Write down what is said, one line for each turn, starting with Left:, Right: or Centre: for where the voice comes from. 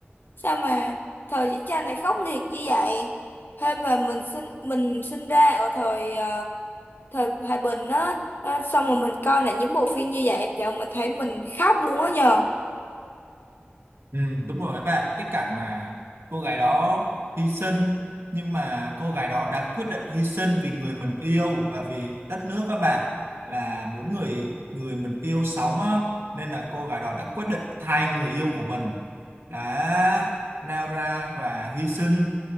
Left: sao mà thời chiến tranh này khốc liệt như vậy hơn mà mình sinh mình sinh ra ở thời ờ, thời hòa bình á ờ, xong rồi mình coi lại những bộ phim như vậy rồi mình thấy mình khóc luôn á nhờ
Right: ừ, đúng rồi các bạn cái cảnh mà cô gái đó hy sinh nhưng mà cô gái đó đã quyết định hy sinh vì người mình yêu và vì đất nước các bạn là muốn người người mình yêu sống á nên là cô gái đó đã quyết định thay người yêu của mình đã nao ra và hy sinh